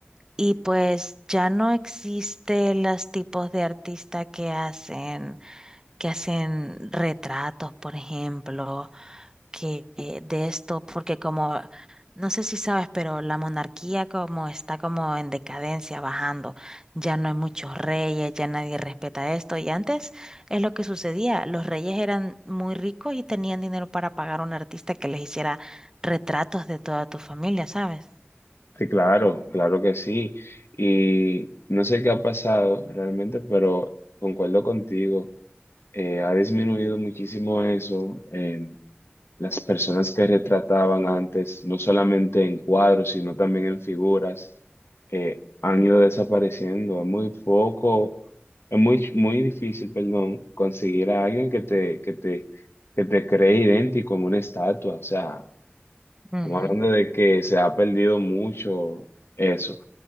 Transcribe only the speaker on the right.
Y pues ya no existen los tipos de artistas que hacen, que hacen retratos, por ejemplo que eh, de esto, porque como, no sé si sabes, pero la monarquía como está como en decadencia, bajando, ya no hay muchos reyes, ya nadie respeta esto, y antes es lo que sucedía, los reyes eran muy ricos y tenían dinero para pagar a un artista que les hiciera retratos de toda tu familia, ¿sabes?
Ujú.